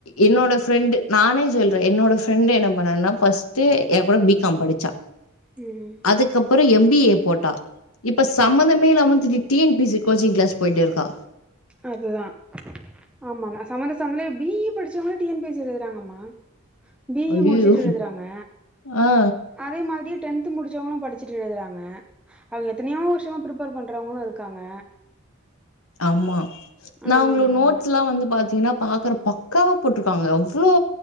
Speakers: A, on the left (about 80°); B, in the centre.
A: என்னோட ஃரெண்ட் நானே சொல்றேன் என்னோட ஃப்ரெண்ட் என்ன பண்ணான்னா ஃபர்ஸ்ட் என் கூட பிகாம் படிச்சா
B: ம்
A: அதுக்கப்புறம் எம்பி ஏ போட் டா இப்ப சம்பந்தமே இல்லாம வந்து T N P S C coaching class போய்டிருக்கா
B: அதுதான் ஆமா சம்பந்த சமபந்த பி இ படிச் ச வுங்க டிஎன்பிஎஸ்சி எழுதுறாங்கம்மா பிஇஇ
A: ஐயயோ
B: முடிச்சுட்டு எழுதுறாங்க
A: ஆ
B: அதே மாரி டென்த் முடிச்சவங்களும் படிச்சிட்டு எழுதுறாங்க அவுங்க எத்தனையோ வருஷமா பிரிப்பேர் பண்றவங்களும் இருக்காங்க
A: ஆமா
B: ஆ
A: நான் அவுங்களோட
B: ஆமா
A: நோட்ஸ் எல்லாம் வந்து பாத்தீங்கன்னா பாக்குற பக்காவா போட்டிருக்காங்க அவ்வளோ